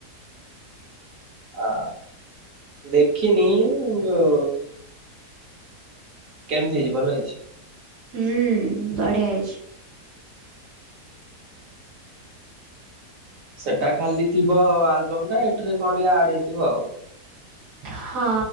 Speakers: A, on the right; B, on the right.
A: ଆ ଦେଖିନି ଯଉ କେମିତି ହେଇଛି ଭଲ ହେଇଛି।
B: ହୁଁ ବଢିଆ ହେଇଛି।
A: ସେଟା ଖାଲି ଥିବ ଆଲବମ ଟା ଏଠାରେ କଣ ଟିକେ ଆଡ ହେଇଥିବ ଆଉ।
B: ହଁ